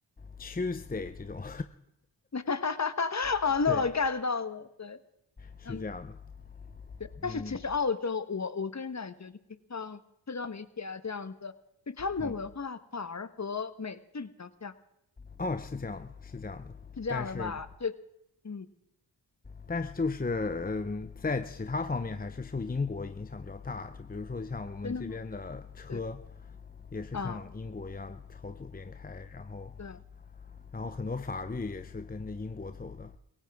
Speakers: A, on the left (about 20°); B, on the left (about 40°).
A: Tuesday 这种，
B: <laughs> 啊，
A: <laughs>
B: 那我
A: 对，
B: get 到了，对，
A: 是这样的，
B: 嗯，是。但是其实澳洲，
A: 嗯
B: 我我个人感觉就是像社交媒体啊这样子，就他们的文化反而和美式比较像，
A: 嗯，哦，是这样的，是这样的，
B: 是这样的吧？
A: 但是
B: 这，嗯，
A: 但是就是嗯，在其他方面还是受英国影响比较大，就比如说像我们这边的车，
B: 真的吗？对
A: 也是像英国一样朝左边开，
B: 啊，
A: 然后
B: 对。
A: 然后很多法律也是跟着英国走的。